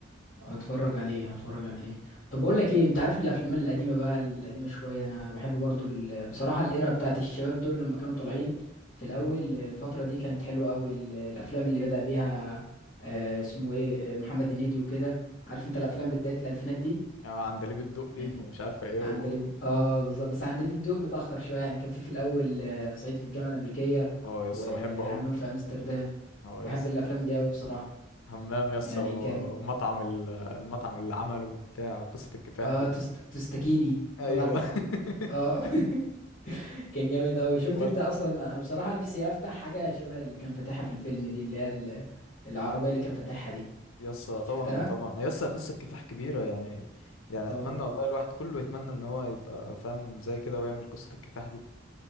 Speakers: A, on the left; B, on the left.
A: هتفرج عليه هتفرج عليه طب بقول لك ايه انت عارف الافلام القديمه بقى القديمه شويه انا بحب برضو ال... بصراحه الايرا بتاعت الشباب دول لما كانوا طالعين في الاول
B: مم.
A: الفتره دي كانت حلوه قوي الافلام اللي بدأ بيها آه اسمه ايه آه، محمد هنيدي وكده عارف انت الافلام بدايه الالفينات دي
B: اه عندليب الدقي
A: يعني
B: ومش عارفه ايه
A: عندليب
B: و...
A: اه بالظبط بس عندليب الدق متاخر شويه يعني كان في في الاول آه، صعيدي في الجامعه الامريكيه
B: اه يسطا
A: وهمام
B: بحبه قوي
A: في امستردام
B: اه
A: بحب
B: يسطا
A: الافلام دي قوي بصراحه
B: حمام يس
A: يعني
B: و-
A: كان
B: ومطعم ال- المطعم اللي عمله وبتاع وقصة الكفاح
A: اه
B: دي
A: تست... تستكيني
B: ايوه
A: مطعم تس...
B: <laughs>
A: اه <laughs> كان جامد اوي شفت
B: وال...
A: انت اصلا انا بصراحة نفسي افتح حاجة شبه اللي كان فاتحها في الفيلم دي اللي هي ال- العربية اللي كان فاتحها دي
B: يس طبعا
A: شفتها
B: طبعا يس قصة كفاح كبيرة يعني يعني
A: اه
B: اتمنى والله الواحد كله يتمنى ان هو يبقى فاهم زي كده ويعمل قصة الكفاح دي